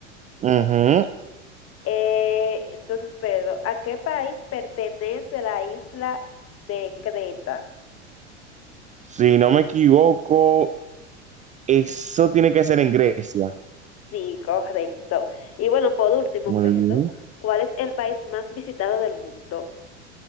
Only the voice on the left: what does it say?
Eh, entonces, Pedro, ¿a qué país pertenece la isla de Creta?
Sí, correcto. Y bueno, por último,
Pedro,
¿cuál es el país más visitado del mundo?